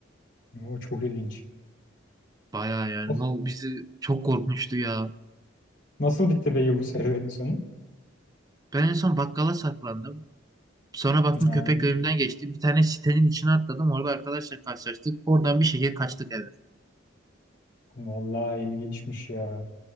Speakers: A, on the left; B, on the right.
A: oo, çok ilginç.
B: Baya yani
A: Of,
B: o bizi çok korkmuştu ya.
A: Nasıl bitti peki bu serüvenin sonu?
B: Ben en son bakkala saklandım. Sonra baktım
A: Ha,
B: köpek önümden geçti. Bir tane sitenin içine atladım. Orada arkadaşlar karşılaştık. Oradan bir şekilde kaçtık eve.
A: vallahi ilginçmiş ya.